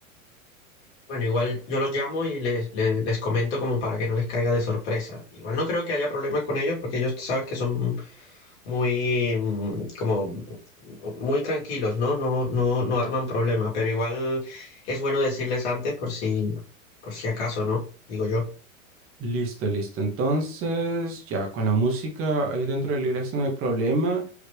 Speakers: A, on the left; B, on the right.
A: Bueno, igual yo los llamo y les, les, les comento como para que no les caiga de sorpresa. Igual no creo que haya problemas con ellos porque ellos tú sabes que son muy, mm, como, muy tranquilos, ¿no? No, no, no arman problemas, pero igual es bueno decirles antes por si, por si acaso, ¿no? Digo yo.
B: Listo, listo. Entonces, ya con la música ahí dentro de la iglesia no hay problema.